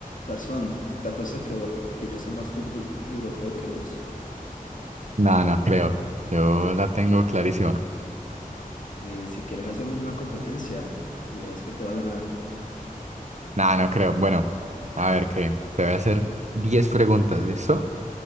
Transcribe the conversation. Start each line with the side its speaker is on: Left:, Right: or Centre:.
Left: Garzón, te apuesto a que, vo- a que yo sé más fútbol europeo que vos.
Right: No, no creo. Yo la tengo clarísima.
Left: Eh, si quieres hacemos una competencia y verás que te va a ganar.
Right: No, no creo. Bueno, a ver, que te voy a hacer 10 preguntas, ¿listo?